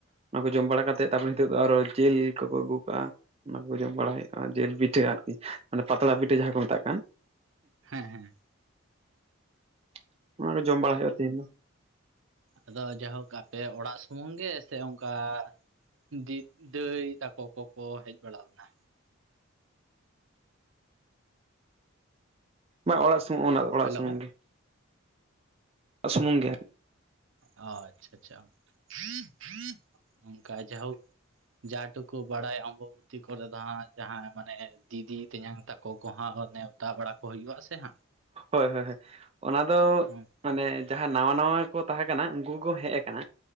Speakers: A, on the right; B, on the right.
A: ᱚᱱᱟ ᱠᱚ ᱡᱚᱢ ᱵᱟᱲᱟ ᱠᱟᱛᱮᱫ ᱛᱟᱨᱯᱚᱨ ᱱᱤᱛᱚᱜ ᱫᱚ ᱟᱨᱦᱚᱸ ᱡᱤᱞ ᱠᱚᱠᱚ ᱟᱹᱜᱩ ᱟᱠᱟᱜᱼᱟ ᱚᱱᱟ ᱠᱚ ᱡᱚᱢ ᱵᱟᱲᱟ ᱦᱩᱭᱩᱜᱼᱟ ᱡᱤᱞ ᱯᱤᱴᱷᱟᱹ ᱟᱨᱠᱤ ᱢᱟᱱᱮ ᱯᱟᱛᱲᱟ ᱯᱤᱴᱷᱟᱹ ᱡᱟᱦᱟᱸ ᱠᱚ ᱢᱮᱛᱟᱜ ᱠᱟᱱ,
B: ᱦᱮᱸ ᱦᱮᱸ
A: <unintelligible> ᱚᱱᱟ ᱠᱚ ᱡᱚᱢ ᱵᱟᱲᱟ ᱦᱩᱭᱩᱜᱼᱟ <unintelligible> ᱛᱮᱦᱮᱧ ᱫᱚ,
B: ᱟᱫᱚ ᱡᱟ ᱦᱳᱠ ᱟᱯᱮ ᱚᱲᱟᱜ ᱥᱩᱢᱩᱝ ᱜᱮ ᱥᱮ ᱚᱱᱠᱟ <unintelligible> ᱫᱤ ᱫᱟᱹᱭ ᱛᱟᱠᱚ ᱠᱚᱠᱚ ᱦᱮᱡ ᱵᱟᱲᱟ ᱦᱟᱠᱟᱱᱟ᱾
A: ᱵᱟᱝ ᱚᱲᱟᱜ <unintelligible> ᱚᱱᱟ ᱚᱲᱟᱜ
B: ᱦᱮᱞᱳ
A: ᱥᱩᱢᱩᱝ ᱜᱮ᱾ ᱥᱩᱢᱩᱝ ᱜᱮ, ᱟᱨᱠᱤ
B: ᱚ ᱟᱪᱪᱷᱟ ᱟᱪᱪᱷᱟ <unintelligible> ᱚᱱᱠᱟ ᱡᱟ ᱦᱳᱠ ᱡᱟ ᱴᱩᱠᱩ ᱵᱟᱲᱟᱭᱟ ᱚᱢᱵᱟᱵᱩᱛᱤ ᱠᱚᱨᱮ ᱫᱚ ᱦᱟᱸᱜ ᱡᱟᱦᱟᱸᱭ ᱢᱟᱱᱮ ᱫᱤᱫᱤ ᱛᱮᱧᱟᱝ ᱛᱟᱠᱚ ᱠᱚ ᱦᱟᱸᱜ ᱚᱱᱮ ᱱᱮᱣᱛᱟ ᱵᱟᱲᱟ ᱠᱚ ᱦᱩᱭᱩᱜᱼᱟ ᱥᱮ ᱦᱟᱸᱜ
A: ᱦᱳᱭ ᱦᱳᱭ ᱦᱳᱭ ᱚᱱᱟ ᱫᱚ,
B: ᱦᱟᱸᱜ
A: ᱢᱟᱱᱮ ᱡᱟᱦᱟᱸ ᱱᱟᱣᱟ ᱱᱟᱣᱟ ᱜᱮᱠᱚ ᱛᱟᱦᱮᱸ ᱠᱟᱱᱟ ᱩᱱᱠᱩ ᱠᱚᱠᱚ ᱦᱮᱡ ᱟᱠᱟᱱᱟ